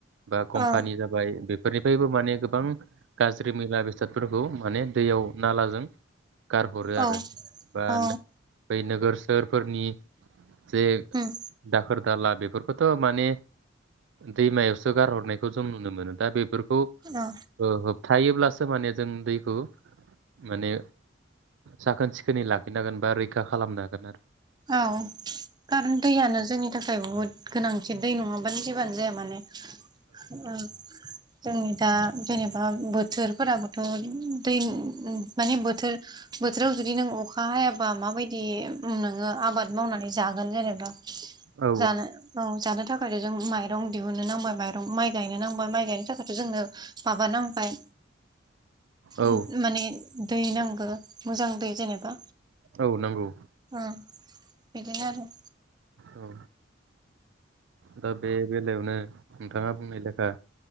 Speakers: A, on the right; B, on the right.
A: बा कम्पानि
B: औ
A: जाबाय बे फोरनिफ्रायबो माने गोबां गाज्रि मैला बेसादफोरखौ माने दैयाव नालाजों गारहरो
B: औ
A: आरो बा
B: औ
A: बै नोगोर सोहोरफोरनि जे
B: उम
A: दाखोर दाला बेफोर खौथ' माने दैमायावसो गारहरनायखौ जों नुनो मोनो दा बे फोरखौ
B: औ
A: होबथायब्लासो फोर माने जों दैखौ माने साखोन सिखोनै लाखिनो हागोन बा रैखा खालामनो हागोन।
B: औ खारन दैयानो जोंनि थाखाय बहुत गोनांथि दै नङाब्ला बानखि जेबोआनोजाया माने आरो जोंनि दा जेनेबा बोथोरफोराबोथ' दै माने बोथोर बोथोराव जुदि नों अखा हायाबा माबायदि नों नोङो आबाद मावनानै जागोन जेनेबा
A: औ
B: जानो औ जानो थाखाय ओरोय जों माइरं दिहुननो नांबाय माइरं माइ गायनो नांबाय माइ गायनो थाखायथ' जोंनो माबा नांबाय
A: औ
B: उम माने दै नांगो मोजां दै जेनेबा
A: औ नांगौ।
B: उम बिदिनो आरो
A: औ दा बे बेलायावनो नोंथाङा बुंनाय लेखा